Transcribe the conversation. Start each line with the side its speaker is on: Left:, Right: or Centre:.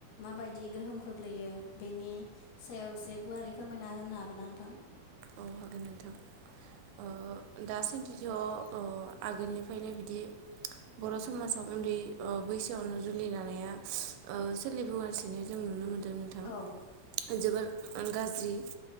Left: माबायदि गोहोम खोग्लैयो बेनि सायाव एसे गुवारै फोरमायना होनो हागोन ना नोंथां?
Right: औ हागोन नोंथां ओ दासान्दिथ ओ आगोलनिफ्रायनो बिदि बर समाजाव उन्दै ओ बैसोआवनो जुलि लानाया ओ सोलिबोगासिनो जों नुनो मोनदों। दों नोथां
Left: औ
Right: जोबोर गाज्रि